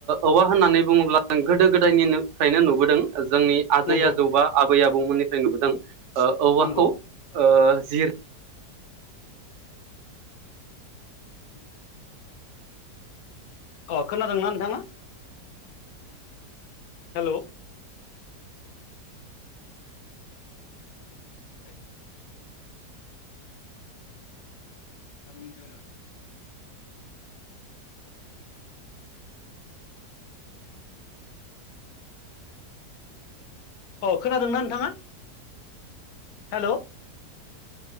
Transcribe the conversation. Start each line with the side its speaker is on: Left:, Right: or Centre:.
Right: औवा होननानै बुङोब्ला गोदो गोदायनिफ्रायनो नुबोदों जोंनि आजै
Left: नंगौ
Right: आजौ बा आबै आबौमोननिफ्राय नुबोदों ओ औवाखौ
Left: नंगौ
Right: ओ जिर
Left: उ अ खोनादोंना नोंथाङा हेलौ न सात मिनित जाबाय नामा? अ खोनादोंना नोंथाङा? हेलौ